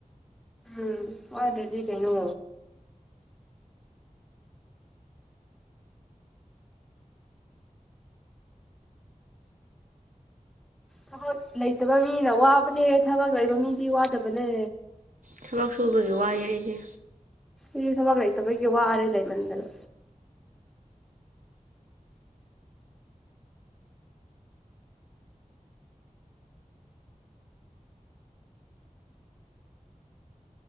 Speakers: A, in the centre; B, on the right.
A: ꯎꯝ ꯋꯥꯗ꯭ꯔꯗꯤ ꯀꯩꯅꯣ ꯊꯕꯛ ꯂꯩꯇꯕ ꯃꯤꯅ ꯋꯥꯕꯅꯦ ꯊꯕꯛ ꯂꯩꯕ ꯃꯤꯗꯤ ꯋꯥꯗꯕꯅꯦ
B: ꯊꯕꯛ ꯁꯨꯕꯒꯤ ꯋꯥꯏ ꯑꯩꯗꯤ
A: ꯑꯩꯁꯨ ꯊꯥꯕꯛ ꯂꯩꯇꯕꯒꯤ ꯋꯥꯔꯦ ꯂꯩꯃꯟꯗꯅꯥ